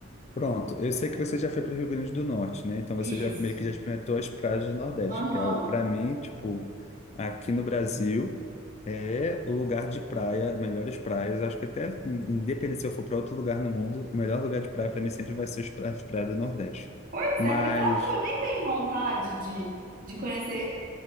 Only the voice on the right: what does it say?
Isso.
Aham.
Pois
é, você sabe que eu nem tenho vontade de, de conhecer